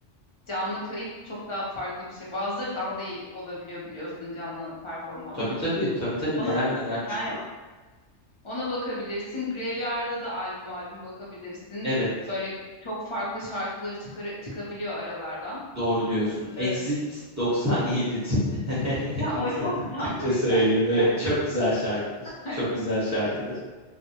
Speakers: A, on the left; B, on the right.
A: canlı kayıt çok daha farklı bir şey. Bazıları daha da iyi olabiliyor biliyorsun canlı performansla.
B: Tabii tabii, tabii tabii
A: Ona
B: neler neler çıkıyor.
A: yani ona bakabilirsin. Graveyard'da da albüm albüm bakabilirsin.
B: Evet.
A: Böyle çok farklı şarkıları çıkar çıkabiliyor aralardan.
B: Doğru diyorsun. Exit
A: Ee,
B: 97. <laughs>
A: ya
B: İnsanın
A: o çok tatlı
B: Türkçe
A: bir
B: söylüyorum.
A: şarkı gerçekten.
B: Evet, çok güzel şarkıdır.
A: <laughs>
B: Çok güzel şarkıdır.